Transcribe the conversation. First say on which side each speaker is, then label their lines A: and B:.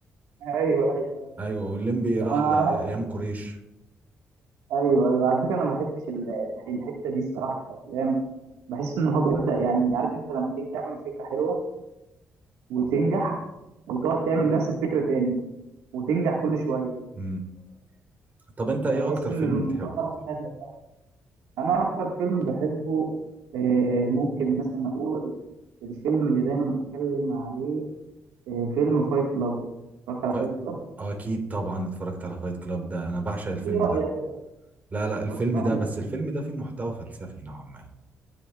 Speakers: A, on the right (about 90°); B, on the right (about 30°).
A: ايوه ايوه ايوه
B: ايوه والليمبي راح
A: انا
B: لايام
A: بحس
B: قريش
A: ايوه ايوه على فكره انا ما بحبش ال- الح- الحته دي الصراحه في الافلام بحس ان هو بيبدا يعني عارف انت لما تيجي تعمل فكره حلوه وتنجح وتقعد تعمل نفس الفكره تاني وتنجح كل شويه
B: امم طب انت ايه
A: بحس
B: اكتر فيلم
A: ان الموضوع
B: بتحبه
A: ده مبتذل.
B: طيب
A: انا اكتر فيلم بحبه آه، ممكن مثلا اقول الفيلم اللي دايما بتكلم عليه آه، فيلم فايت كلاب اتفرجت على
B: ف...
A: فايت كلاب
B: آه، اكيد طبعا اتفرجت على فايت كلاب ده انا بعشق الفيلم
A: ايه رايك
B: ده لا لا الفيلم
A: بص نوع
B: ده
A: الافلام
B: بس الفيلم ده فيه محتوى فلسفي نوعا ما